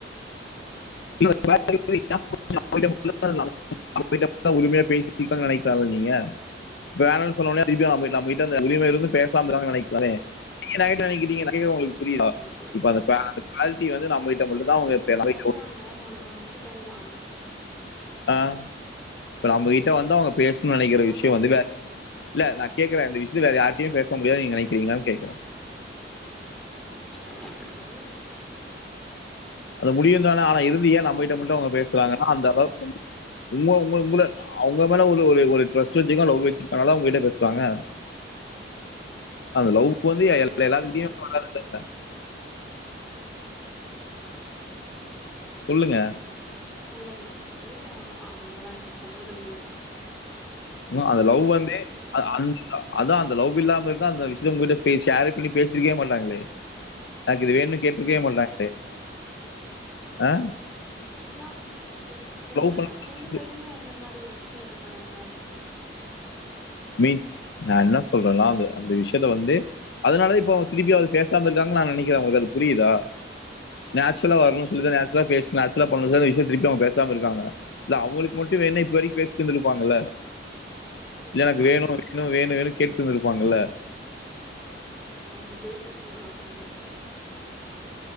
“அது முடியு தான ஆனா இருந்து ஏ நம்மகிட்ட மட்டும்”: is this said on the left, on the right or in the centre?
Left